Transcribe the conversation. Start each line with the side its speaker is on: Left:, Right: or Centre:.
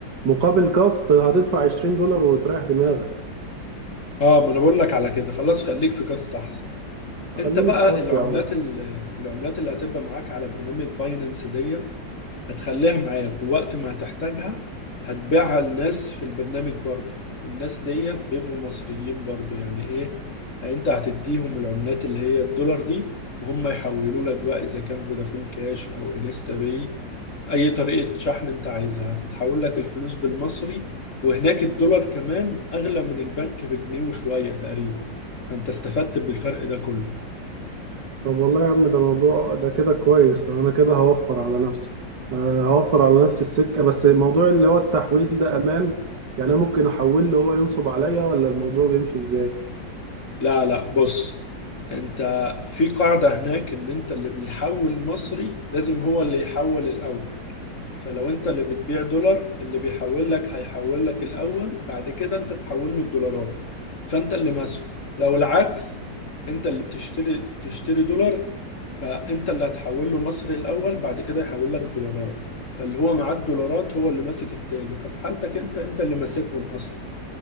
Right: مقابل كاست هتدفع 20 دولار وتريح دماغك
Left: آه ما أنا بقول لك على كده خلاص خليك في كاست أحسن
Right: خليني
Left: انت بقى
Right: في كاست
Left: العملات
Right: يا عم
Left: ال- العملات اللي هتبقى معاك على برنامج باينانس ديت هتخليها معاك ووقت ما هتحتاجها هتبيعها لناس في البرنامج برضو الناس ديت بيبقوا مصريين برضو يعني ايه انت هتديهم العملات اللي هي الدولار دي وهم يحولوا لك بقى اذا كان فودافون كاش او انستا باي اي طريقة شحن انت عايزها هتتحول لك الفلوس بالمصري وهناك الدولار كمان اغلى من البنك بجنيه وشوية تقريبا فانت استفدت بالفرق ده كله
Right: طب والله يا عم ده موضوع ده كده كويس أنا كده هوفر على نفسي آه، هوفر على نفسي السكة بس موضوع اللي هو التحويل ده أمان يعني أنا ممكن أحول له هو ينصب عليا ولا الموضوع بيمشي إزاي؟
Left: لا لا بص انت في قاعدة هناك ان انت اللي بيحول مصري لازم هو اللي يحول الاول فلو انت اللي بتبيع دولار اللي بيحول لك هيحول لك الاول بعد كده انت تحول له الدولارات فانت اللي ماسكه لو العكس انت اللي بتشتري تشتري دولار فانت اللي هتحول له مصري الاول بعد كده يحول لك دولارات فاللي هو معاه الدولارات هو اللي ماسك التاني ففي حالتك انت انت اللي ماسكهم اصلا